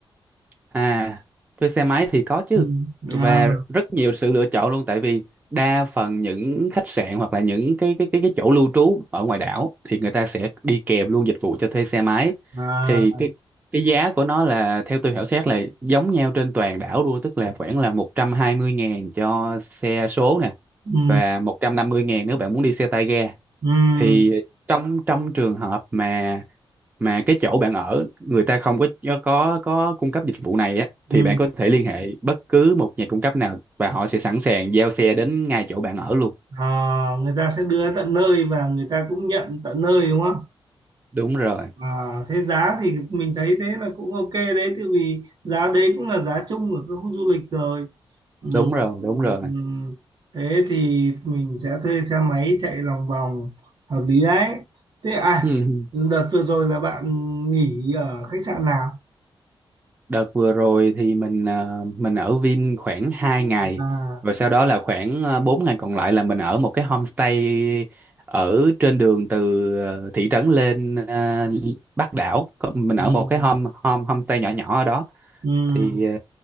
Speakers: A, on the right; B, on the right.
A: À, thuê xe máy thì có chứ
B: Ừ.
A: và
B: À,
A: rất nhiều sự lựa chọn luôn tại vì đa phần những khách sạn hoặc là những cái cái cái cái chỗ lưu trú ở ngoài đảo thì người ta sẽ đi kèm luôn dịch vụ cho thuê xe máy
B: à,
A: thì cái cái giá của nó là theo tôi khảo sát là giống nhau trên toàn đảo luôn tức là khoảng là một trăm hai mươi ngàn cho xe số nè
B: ừ,
A: và một trăm năm mươi ngàn nếu bạn muốn đi xe tay ga
B: ừ,
A: thì trong trong trường hợp mà mà cái chỗ bạn ở người ta không có có có cung cấp dịch vụ này á
B: ừ.
A: thì bạn có thể liên hệ bất cứ một nhà cung cấp nào và họ sẽ sẵn sàng giao xe đến ngay chỗ bạn ở luôn
B: À, người ta sẽ đưa tận nơi và người ta cũng nhận tận nơi đúng không?
A: đúng rồi
B: À, thế giá thì mình thấy thế là cũng ok đấy, tại vì giá đấy cũng là giá chung ở các khu du lịch rồi. Ừm,
A: đúng rồi đúng rồi
B: ừm. thế thì mình sẽ thuê xe máy chạy lòng vòng hợp lý đấy thế à
A: ừ.
B: đợt vừa rồi là bạn nghỉ ở khách sạn nào
A: Đợt vừa rồi thì mình ờ, mình ở Vin khoảng hai ngày
B: à
A: rồi sau đó là khoảng ờ, 4 ngày còn lại là mình ở một cái homestay ở trên đường từ ờ, thị trấn lên ờ, Bắc đảo. Có- Mình
B: ừm,
A: ở một cái home home homestay nhỏ nhỏ ở đó
B: ừm,
A: thì ờ,